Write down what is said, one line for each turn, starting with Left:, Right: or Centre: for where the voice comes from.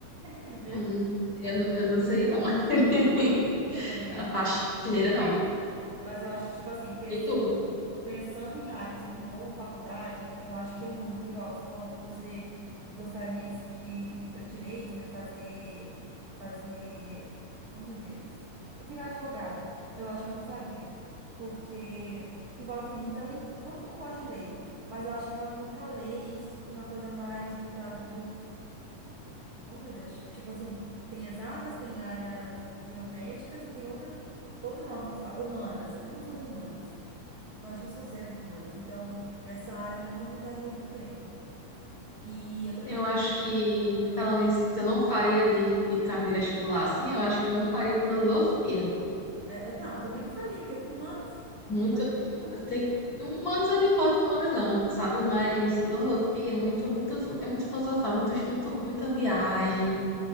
Right: É verdade.
Left: Hum, eu, não- eu não seria, não. <laughs>
Right: Eu também
Left: A
Right: acho que
Left: faxineira,
Right: não faria.
Left: não.
Right: Mas eu acho, tipo assim, pensando,
Left: E tu?
Right: pensando em áreas que envolvam faculdade, eu acho que eu nunca, igual você falou que você gostaria de ir para direito, né? Fazer, fazer, oh meu Deus, virar advogada. Eu acho que eu não faria, porque envolve muita lei. Não que eu não gosto de lei, mas eu acho que envolve muita lei, essas- uma coisa mais voltada para Oh, meu Deus, ti- tipo assim, tem exatas, tem áreas biomédicas e tem outra, outro nome que fala, humanas. Eu não sou de humanas. Eu acho que eu sou zero de humanas. Então, essa área eu não me daria muito bem. E eu também
Left: Eu
Right: não,
Left: acho que,
Right: não
Left: falando
Right: faria.
Left: isso, eu não faria de, de carne de vestibular assim, eu acho que eu não faria filosofia.
Right: É, eu, não, eu também não faria, porque é tudo humanas.
Left: muito.
Right: Não faria de jeito nenhum.
Left: Tem, humanas eu não importo com humanas, não, sabe? Mas filosofia
Right: Ah,
Left: é muito, muito, é muito filosofar, muito, muito, muita viagem,